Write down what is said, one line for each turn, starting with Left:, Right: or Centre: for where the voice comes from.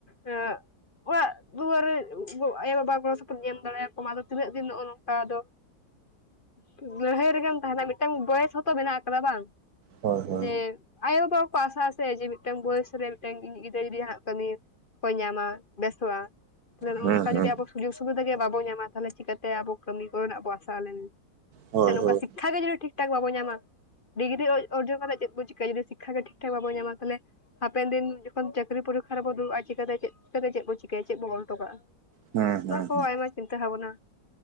Left: ᱮᱸ ᱚᱲᱟᱜ ᱫᱩᱣᱟᱹᱨ ᱟᱭᱳᱼᱵᱟᱵᱟ ᱜᱚᱲᱚ ᱥᱚᱯᱚᱦᱚᱫ ᱤᱧ ᱮᱢ ᱫᱟᱲᱮᱭᱟᱠᱚ ᱢᱟ, ᱟᱫᱚ ᱛᱤᱱᱟᱹᱜ ᱫᱤᱱ ᱱᱚᱜᱼᱚ ᱱᱚᱝᱠᱟ ᱟᱫᱚ ᱦ ᱞᱟᱹᱲᱦᱟᱹᱭ ᱨᱮᱜᱮᱢ ᱛᱟᱦᱮᱱᱟ ᱢᱤᱫᱴᱟᱝ ᱵᱚᱭᱮᱥ ᱦᱚᱸᱛᱚ ᱢᱮᱱᱟᱜ ᱟᱠᱟᱫᱟ ᱵᱟᱝ᱾
Right: ᱦᱳᱭ ᱦᱳᱭ
Left: ᱡᱮ ᱟᱭᱳ-ᱵᱟᱵᱟ ᱠᱚᱠᱚ ᱟᱥᱟᱜ ᱟ ᱥᱮ ᱡᱮ ᱢᱤᱫᱴᱟᱝ ᱵᱚᱭᱮᱥ ᱨᱮ ᱢᱤᱫᱴᱟᱝ ᱤᱧᱤᱡ ᱜᱤᱫᱽᱨᱟᱹ ᱡᱩᱫᱤ ᱡᱟᱦᱟᱱᱟᱜ ᱠᱟᱹᱢᱤ ᱠᱚᱭ ᱧᱟᱢᱟ ᱵᱮᱥᱚᱜᱼᱟ, ᱛᱟᱦᱞᱮ ᱱᱚᱜ-ᱚ
Right: ᱦᱩᱸ
Left: ᱱᱚᱝᱠᱟ ᱡᱩᱚᱫᱤ
Right: ᱦᱩᱸ
Left: ᱟᱵᱚ ᱥᱩᱡᱳᱜᱽ ᱥᱩᱵᱤᱫᱷᱟ ᱜᱮ ᱵᱟᱵᱚ ᱧᱟᱢᱟ ᱛᱟᱦᱟᱞᱮ ᱪᱤᱠᱟᱹᱛᱮ ᱟᱵᱚ ᱠᱟᱹᱢᱤ ᱠᱚᱨᱮᱱᱟᱜ ᱵᱚ ᱟᱥᱟ ᱞᱮᱱᱟ,
Right: ᱦᱳᱭ
Left: ᱥᱮ ᱱᱚᱝᱠᱟ
Right: ᱦᱳᱭ
Left: ᱥᱤᱠᱠᱷᱟ ᱜᱮ ᱡᱩᱫᱤ ᱴᱷᱤᱠ ᱴᱷᱟᱠ ᱵᱟᱵᱚ ᱧᱟᱢᱟ ᱰᱤᱜᱨᱤ ᱚᱨ-ᱚᱨᱡᱚᱱ ᱠᱟᱛᱮᱫ ᱪᱮᱫ ᱵᱚ ᱪᱤᱠᱟᱭ ᱡᱩᱫᱤ ᱥᱤᱠᱠᱷᱟ ᱜᱮ ᱴᱷᱤᱠ ᱴᱷᱟᱠ ᱵᱟᱵᱚᱱ ᱧᱟᱢᱟ ᱛᱟᱦᱚᱞᱮ ᱦᱟᱯᱮᱱ ᱫᱤᱱ ᱡᱚᱠᱷᱚᱱ ᱪᱟᱹᱠᱨᱤ ᱯᱚᱨᱤᱠᱠᱷᱟ ᱨᱮᱵᱚ ᱫᱩᱲᱩᱵᱼᱟ ᱪᱤᱠᱟᱛᱮ ᱪᱮᱫ ᱛᱮ ᱫᱮ ᱪᱮᱫ ᱵᱚ ᱪᱤᱠᱟᱹᱭᱟ ᱪᱮᱫ ᱵᱚᱱ ᱚᱞ ᱦᱚᱴᱚ ᱠᱟᱜᱼᱟ,
Right: ᱦᱩᱸ ᱦᱩᱸ
Left: ᱚᱱᱟ ᱠᱚ
Right: ᱦᱩᱸ
Left: ᱟᱭᱢᱟ ᱪᱤᱱᱛᱟᱹ ᱵᱷᱟᱵᱱᱟ